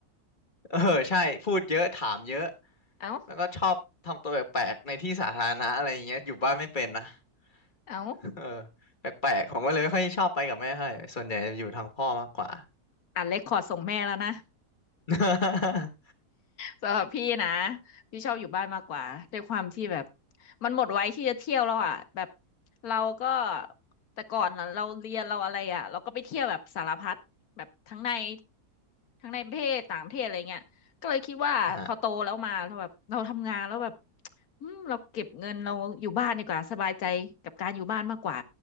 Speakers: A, on the left; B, on the left.
A: <laughs> เออใช่พูดเยอะถามเยอะ
B: เอา
A: แล้วก็ชอบทำตัวแปลกๆในที่สาธารณะอะไรอย่างเงี้ยอยู่บ้านไม่เป็นนะ
B: เอา
A: <laughs> เออแปลกๆผมก็เลยไม่ค่อยชอบไปกับแม่ให้ส่วนใหญ่จะอยู่ทางพ่อมากกว่า
B: อัดเรคคอร์ดส่งแม่แล้วนะ
A: <laughs>
B: สำหรับพี่นะพี่ชอบอยู่บ้านมากกว่าด้วยความที่แบบมันหมดไว้ที่จะเที่ยวแล้วอ่ะแบบเราก็แต่ก่อนน่ะเราเรียนเราอะไรอ่ะเราก็ไปเที่ยวแบบสารพัดแบบทั้งในทั้งในประเทศต่างประเทศอะไรเงี้ยก็เลยคิดว่าพอโตแล้วมาเราแบบเราทำงานแล้วแบบ
A: อ่ะ
B: อืมเราเก็บเงินเราอยู่บ้านดีกว่าสบายใจกับการอยู่บ้านมากกว่า